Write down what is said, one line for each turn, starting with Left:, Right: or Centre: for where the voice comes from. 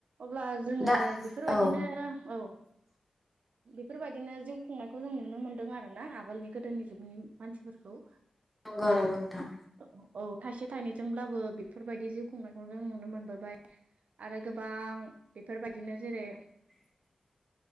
Right: अब्ला जोङो
Centre: दा
Right: बेफोरबायदिनो
Centre: औ
Right: औ
Centre: <inaudible>
Right: बेफोरबायदिनो जिउ खुंनायखौ जों नुनो मोनदों आरो ना आगोलनि गोदोनि जुगनि मानसिफोरखौ।
Centre: नंगौ नंगौ नोंथां।
Right: औ औ थाइसे थाइनैजोंब्लाबो बेफोरबायदि जिउ खुंनायखौ जों नुनो मोनबोबाय। आरो गोबां बेफोरबायदिनो जेरै
Centre: <inaudible>